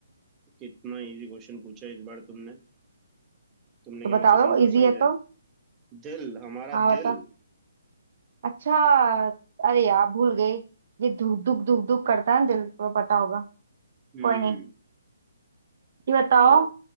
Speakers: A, on the right (about 15°); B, on the right (about 55°).
A: कितना इजी क्वेश्चन पूछा इस बार तुमने तुमने
B: तो
A: क्या
B: बता
A: मुझको कमजोर
B: दो इजी
A: समझा
B: है तो
A: है दिल हमारा
B: हाँ
A: दिल
B: बता अच्छा अरे यार भूल गए ये धुक धुक धुक धुक करता है ना दिल को पता होगा
A: हम्म
B: कोई नहीं ये बताओ
A: यार,